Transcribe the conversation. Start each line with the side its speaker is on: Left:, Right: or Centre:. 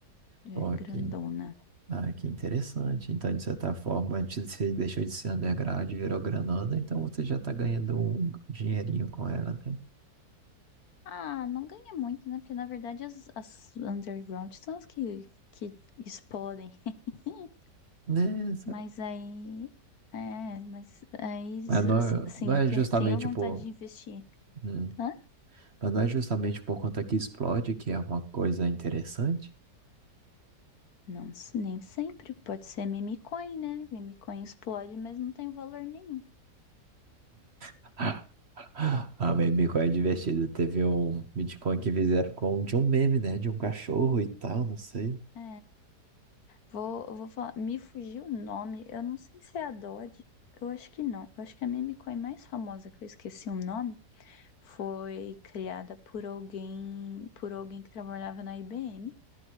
Left: Já
Right: Pô,
Left: é grandona.
Right: que, ah, que interessante, então de certa forma, antes você deixou de ser underground e virou granada, então você já tá ganhando um dinheirinho com ela, né?
Left: Ah, não ganha muito, né? Porque na verdade as, as underground são as que, que explodem. <laughs>
Right: Né,
Left: Mas aí. É, mas aí.
Right: Mas não,
Left: Assim,
Right: não é
Left: eu que,
Right: justamente
Left: tenho vontade
Right: por.
Left: de investir.
Right: hum,
Left: Hã?
Right: mas não é justamente por conta que explode, que é uma coisa interessante.
Left: Não, s- nem sempre. Pode ser meme coin, né? Meme coin explode, mas não tem valor nenhum.
Right: <laughs> Ah,
Left: Hum.
Right: meme é divertido. Teve um Bitcoin que fizeram com de um meme, né? De um cachorro e tal, não sei.
Left: É. Vou, eu vou falar, me fugiu o nome, eu não sei se é a Dodge, eu acho que não. Eu acho que a meme coin mais famosa que eu esqueci o nome foi criada por alguém, por alguém que trabalhava na IBM.